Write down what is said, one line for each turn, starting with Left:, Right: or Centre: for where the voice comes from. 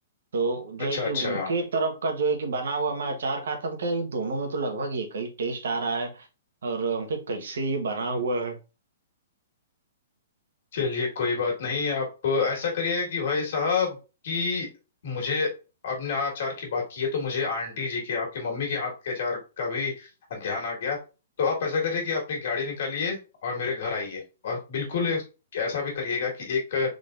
Right: तो जो
Left: अच्छा
Right: है कि
Left: अच्छा
Right: उनके तरफ का जो है कि बना हुआ मैं अचार खाता था, हम क्या ये दोनों में तो लगभग एक ही टेस्ट आ रहा है और हम कहे कैसे ये बना हुआ है
Left: चलिए कोई बात नहीं आप ऐसा करिए कि भाई साहब कि मुझे आपने अचार की बात की है तो मुझे आंटी जी के आपके मम्मी के हाथ के अचार का भी ध्यान आ गया तो आप ऐसा करिए कि आप अपनी गाड़ी निकालिए और मेरे घर आइए और बिल्कुल एक- ऐसा भी करिएगा कि एक